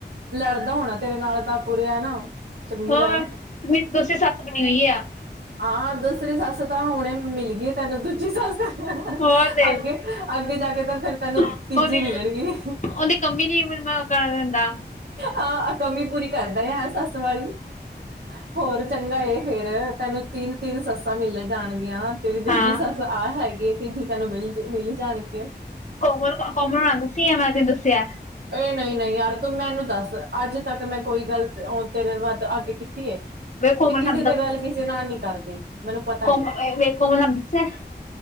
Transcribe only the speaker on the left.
ਹੋਰ,
ਮੇਰੀ ਦੂਸਰੀ ਸੱਸ ਬਣੀ ਹੋਈ ਆ।
ਹੋਰ ਤੇ
ਉਹਦੀ
ਉਹਦੀ ਕਮੀ ਨੀ ਮੈਨੂੰ ਮੈਂ ਕਰਨ ਦਿੰਦਾ।
ਹਾਂ
ਕੋਮਲ, ਕੋਮਲ ਨਾ ਦੂਸੀ, ਐ ਮਾ ਤੇ ਦੁੱਸਿਆ।
ਵੇ ਕੋਮਲ
ਸਾਨੂੰ
ਤਾਂ
<unintelligible>